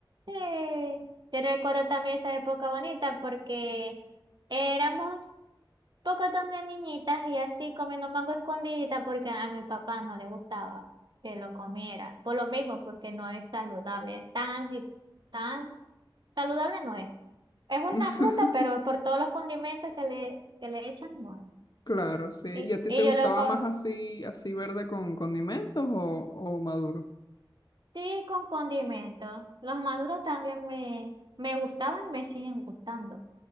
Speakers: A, on the right; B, on the left.
A: sí. Yo recuerdo también esa época bonita porque éramos pocotón de niñitas y así comiendo mango escondidita porque a mi papá no le gustaba que lo comiera. Por lo mismo, porque no es saludable. Tan, si- tan saludable no es. Es una
B: <laughs>
A: fruta, pero por todos los condimentos que le, que le echan, no es.
B: Claro, sí.
A: Y,
B: ¿Y a ti
A: y
B: te gustaba
A: yo lo con,
B: más así, así verde con condimentos o, o maduro?
A: sí con condimentos. Los maduros también me, me gustaban y me siguen gustando.